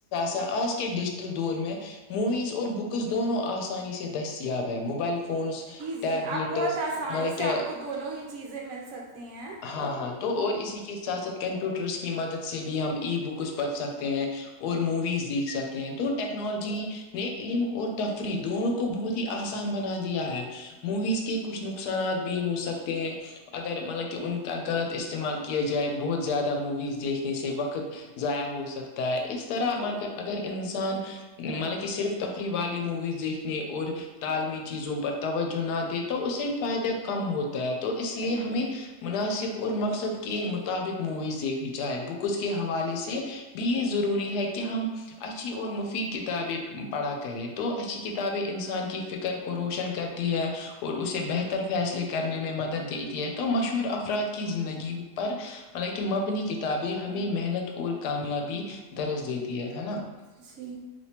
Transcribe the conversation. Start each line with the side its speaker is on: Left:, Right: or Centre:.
Left: <unintelligible> موویز اور بکس دونوں آسانی سے دستیاب ہے موبائل فونز
Right: جی
Left: ٹیبلٹس
Right: آپ بہت آسانی
Left: مطلب
Right: سے
Left: کہ
Right: آپ کو دونوں ہی چیزیں مل سکتی ہیں
Left: ہاں ہاں تو اور اسی کے ساتھ ساتھ کمپیوٹرس کی مدد سے بھی ہم ای بکس پڑھ سکتے ہیں اور موویز دیکھ سکتے ہیں تو ٹیکنالوجی نے علم اور تفریح
Right: آپ
Left: دونوں کو بہت ہی آسان بنا دیا ہے موویز کے کچھ نقصانات بھی ہو سکتے ہیں اگر مطلب ان کا غلط استعمال کیا جائے بہت زیادہ موویز دیکھنے سے وقت ضائع ہو سکتا ہے اس طرح اگر انسان مطلب کہ صرف تفریح والی موویز دیکھنے اور تعالمی چیزوں پر توجہ نہ دے تو اس سے فائدہ کم ہوتا ہے تو اس لیے ہمیں مناسب اور مقصد کے مطابق موویز دیکھنی چاہے بکس کے حوالے سے بھی یہ ضروری ہے کہ ہم اچھا اچھی اور مفید کتابیں پڑھا کریں تو اچھی کتابیں انسان کی فکر کو روشن کرتی ہے اور اسے بہتر فیصلے کرنے میں مدد دیتی ہے تو مشہور افراد کی زندگی پر مال کہ مبنی کتابیں ہمیں محنت اور کامیابی درج دیتی ہے ہے نا
Right: اسی